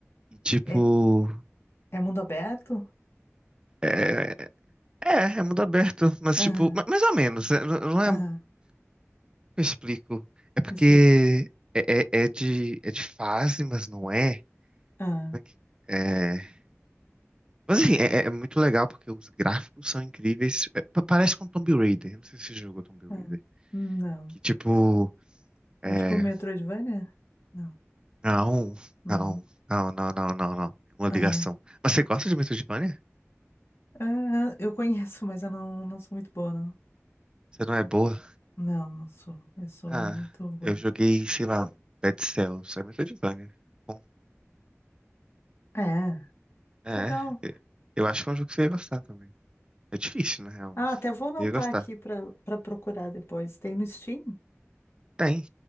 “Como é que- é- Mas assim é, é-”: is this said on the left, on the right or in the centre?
Right